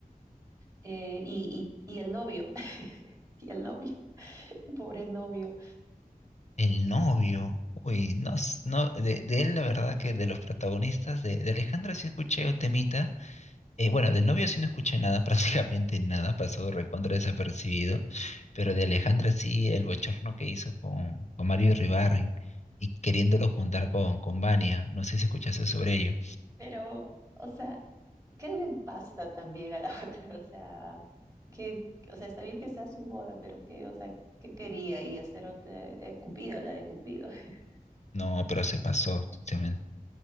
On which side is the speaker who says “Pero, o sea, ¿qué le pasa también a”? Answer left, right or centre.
Right